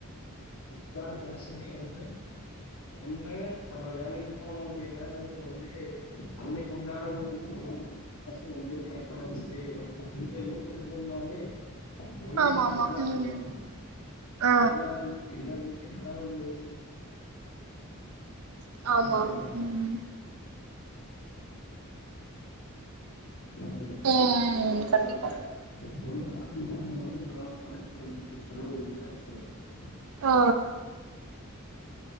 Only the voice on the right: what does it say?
ஆமா
ஆமா
ம் ஆ
ஆமா
ஆமா
ம்
ம்
கண்டிப்பா
ஆ